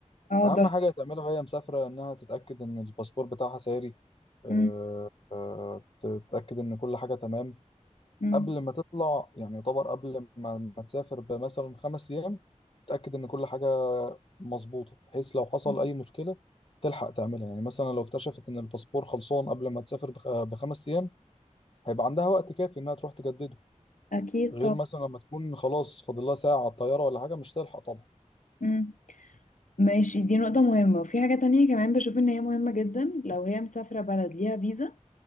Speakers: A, on the left; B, on the left.
A: اه
B: اهم
A: ده
B: حاجة
A: صراحة
B: تعملها وهي مسافرة انها تتأكد ان الباسبور بتاعها ساري آه،
A: مم.
B: آه، تتأكد ان كل حاجة تمام
A: مم.
B: قبل ما تطلع يعني يعتبر قبل ما, ما تسافر بمثلا خمس أيام تتأكد إن كل حاجة مظبوطة بحيث لو حصل
A: مم.
B: أي مشكلة تلحق تعملها يعني مثلا لو اكتشفت إن الباسبور خلصان قبل ما تسافر بخ- بخمس أيام هيبقى عندها وقت كافي إنها تروح تجدده
A: اكيد
B: غير
A: طبعا
B: مثلا لما تكون خلاص فاضل لها ساعة على الطيارة ولا حاجة مش تلحق طبعا
A: مم. ماشي دي نقطة مهمة وفي حاجة تانية كمان بشوف ان هي مهمة جدا لو هي مسافرة بلد ليها فيزا